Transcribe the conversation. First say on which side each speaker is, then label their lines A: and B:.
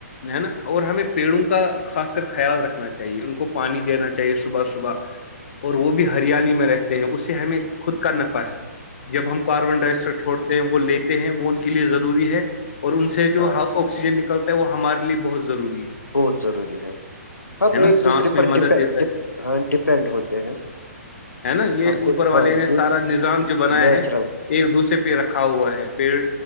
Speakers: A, on the left; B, on the left.
A: ہے نا اور ہمیں پیڑوں کا خاص کر خیال رکھنا چاہیے ان کو پانی دینا چاہیے صبح صبح اور وہ بھی ہریالی میں رہتے ہیں اس سے ہمیں خود کا نفع ہے جب ہم کاربن ڈائی آکسائڈ چھوڑتے ہیں وہ لیتے ہیں وہ ان کے لیے ضروری ہے اور ان سے جو
B: ہاں
A: آکسیجن نکلتا ہے وہ ہمارے لیے بہت ضروری ہے
B: بہت ضروری ہے ہم
A: ہے نا
B: ایک
A: سانس
B: دوسرے
A: میں
B: پر
A: مدد دیتا ہے
B: ہاں ڈپینڈ ہوتے ہیں
A: ہے نا یہ
B: ہم
A: اوپر
B: کو ہاں
A: والے نے
B: یوں
A: سارا نظام جو بنایا
B: نیچرل
A: ہے ایک دوسرے پہ رکھا ہوا ہے پیڑ